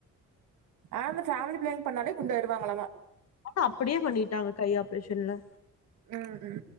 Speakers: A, on the right (about 75°); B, on the left (about 55°).
A: ஆமா ஃபேமிலிபிளானிங் பண்ணாளே குண்டாய்டுவாங்களா மா
B: ஆ அப்படியே பண்ணிட்டாங்க கை ஆப்ரேஷன்ல
A: ம் ம்